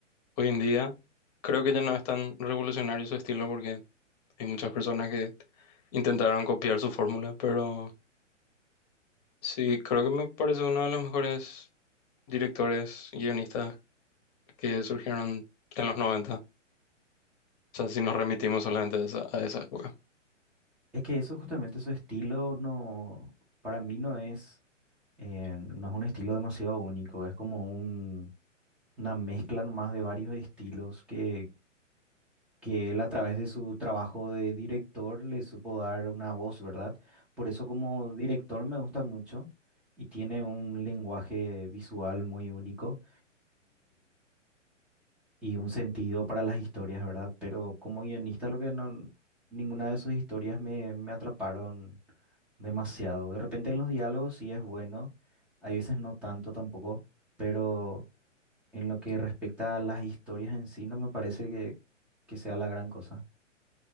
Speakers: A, on the left; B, in the centre.
A: Hoy en día creo que ya no es tan revolucionario su estilo porque hay muchas personas que intentaron copiar su fórmula, pero sí, creo que me parece uno de los mejores directores y guionistas que surgieron en los noventa, O sea, si nos remitimos solamente a esa, a esa época.
B: Es que eso justamente su estilo no, para mí no es, eh, no es un estilo demasiado único, es como un, una mezcla nomás de varios estilos que, que él a través de su trabajo de director le supo dar una voz, ¿verdad? Por eso como director me gusta mucho y tiene un lenguaje visual muy único y un sentido para las historias, ¿verdad? Pero como guionista, lo que no, ninguna de sus historias me, me atraparon demasiado. De repente en los diálogos sí es bueno, hay veces no tanto tampoco, pero en lo que respecta a las historias en sí, no me parece que, que sea la gran cosa.